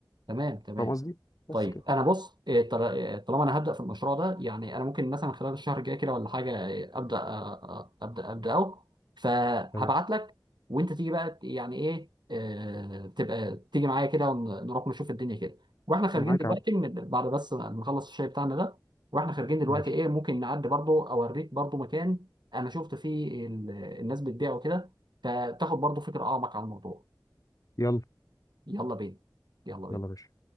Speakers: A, on the right (about 70°); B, on the left (about 50°).
A: تمام تمام
B: فاهم قصدي بس
A: طيب
B: كده
A: انا بص إيه، طل- إيه، طالما انا هبدا في المشروع ده يعني انا ممكن مثلا خلال الشهر الجاي كده ولا حاجه إيه، ابدا آه، آه، ابدا ابداه فهبعت
B: تمام
A: لك وانت تيجي بقى يعني ايه آه، تبقى تيجي معايا كده ونروح نشوف الدنيا كده واحنا خارجين
B: معاك
A: دلوقتي
B: يا عم
A: من بعد بس ما نخلص الشاي بتاعنا ده واحنا خارجين دلوقتي
B: ماشي
A: ايه ممكن نعدي برضو اوريك برضو مكان انا شفت فيه ال- الناس بتبيعه كده فتاخد برضو فكره اعمق عن الموضوع
B: يلا
A: يلا بينا يلا بينا
B: يلا يا باشا